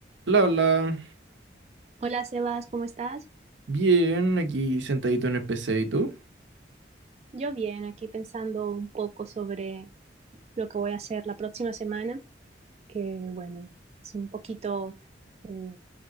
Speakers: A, on the right; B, on the right.
A: Bla, bla.
B: Hola Sebas, ¿cómo estás?
A: Bien, aquí sentadito en el PC, ¿y tú?
B: Yo bien, aquí pensando un poco sobre lo que voy a hacer la próxima semana, que bueno, es un poquito, eh,